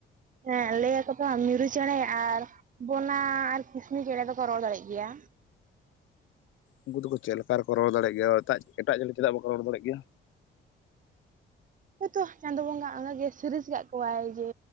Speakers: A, on the right (about 40°); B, on the left (about 80°).
A: ᱦᱮᱸ ᱞᱟᱹᱭ ᱟᱠᱚ ᱛᱚ ᱢᱤᱨᱩ ᱪᱮᱬᱮ ᱟᱨ ᱵᱚᱱᱟ ᱟᱨ ᱠᱤᱥᱱᱤ ᱪᱮᱬᱮ ᱫᱚᱠᱚ ᱨᱚᱲ ᱫᱟᱲᱮᱭᱟᱜ ᱜᱮᱭᱟ᱾
B: ᱩᱝᱠᱩ ᱫᱩᱠᱩ ᱪᱮᱫ ᱞᱮᱠᱟ ᱨᱮᱠᱚ ᱨᱚᱲ ᱫᱟᱲᱮᱭᱟᱜ ᱜᱮᱭᱟ ᱮᱴᱟᱜ ᱮᱴᱟᱜ ᱡᱟᱹᱭᱞᱤ ᱪᱮᱫᱟᱜ ᱵᱟᱠᱚ ᱨᱚᱲ ᱫᱟᱲᱮᱜ ᱜᱮᱭᱟ᱾
A: ᱦᱳᱭᱛᱚ ᱪᱟᱸᱫᱳ ᱵᱚᱸᱜᱟ ᱚᱱᱟᱜᱮ ᱥᱤᱨᱤᱡ ᱠᱟᱜ ᱠᱚᱣᱟᱭ ᱡᱮ